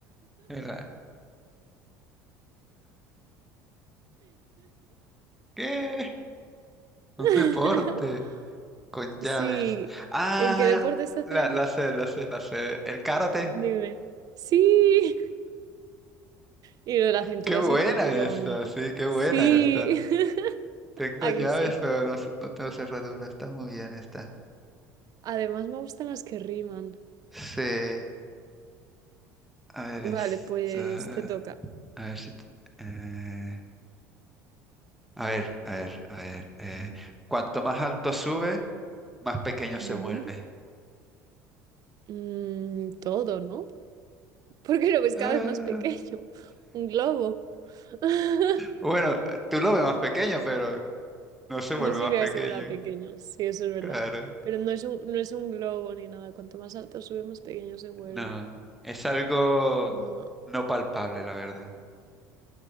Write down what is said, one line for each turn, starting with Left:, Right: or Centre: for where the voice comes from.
Centre: El, ¿Qué? Un
Right: <laughs>
Centre: deporte con llaves.
Right: Sí,
Centre: Ah,
Right: ¿en qué deportes se hacen?
Centre: la, la sé, la sé, la sé. El karate.
Right: Dime. Sí. <laughs> Y lo de la cintura
Centre: Qué buena
Right: es el cinturón,
Centre: esta,
Right: ¿no?
Centre: sí, qué buena
Right: Sí.
Centre: esta.
Right: <laughs>
Centre: Tengo
Right: Ahí
Centre: llaves,
Right: sí.
Centre: pero no, se- no tengo cerradura. Está muy bien esta.
Right: Además me gustan las que riman.
Centre: Sí. A ver,
Right: Vale,
Centre: esta.
Right: pues te toca.
Centre: A ver si. t- eh, a ver, a ver, a ver. eh, cuanto más alto sube, más pequeño
Right: Ujú.
Centre: se vuelve.
Right: Mm, todo, ¿no? <laughs> Porque lo ves
Centre: Ah,
Right: cada vez más pequeño. Un globo. <laughs>
Centre: bueno, tú lo ves más pequeño, pero no se vuelve
Right: No significa
Centre: más pequeño.
Right: que se vuelva pequeño, sí, eso es verdad.
Centre: Claro.
Right: Pero no es un, no es un globo ni nada. Cuanto más alto sube, más pequeño se vuelve.
Centre: No, es algo
Right: No.
Centre: no palpable, la verdad.